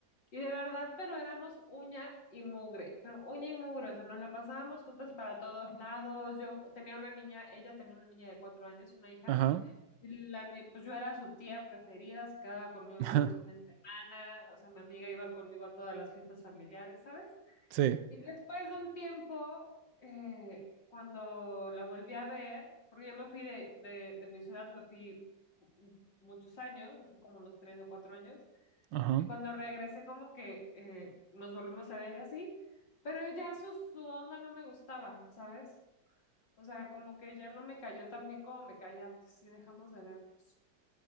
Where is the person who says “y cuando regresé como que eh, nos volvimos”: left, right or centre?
Left